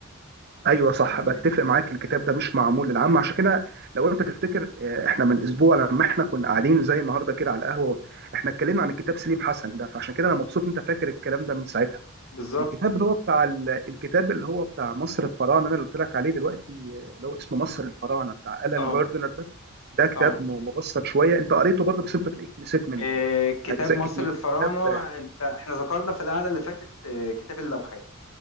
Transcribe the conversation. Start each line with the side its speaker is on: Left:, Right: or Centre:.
Right: ايوه صح
Left: آه،
Right: بتفق معاك الكتاب ده مش معمول للعامه عشان كده لو انت تفتكر آه، احنا من اسبوع لما احنا كنا قاعدين زي النهارده كده على القهوه احنا اتكلمنا عن الكتاب سليم حسن ده فعشان كده انا مبسوط انت فاكر الكلام ده من ساعتها
Left: بالظبط
Right: الكتاب اللي هو بتاع ال- الكتاب اللي هو بتاع مصر الفراعنه انا اللي قلت لك عليه دلوقتي آه، اللي هو اسمه مصر الفراعنه بتاع الان
Left: اه
Right: جاردنر ده ده كتاب
Left: اه
Right: م- مبسط شويه انت قريته برضه بس انت تلاقيك نسيت منه
Left: آه، كتاب
Right: اجزاء
Left: مصر
Right: كتير
Left: الفراعنة
Right: كتاب آه،
Left: انت احنا ذكرنا في القعدة اللي فاتت آه، كتاب اللوحات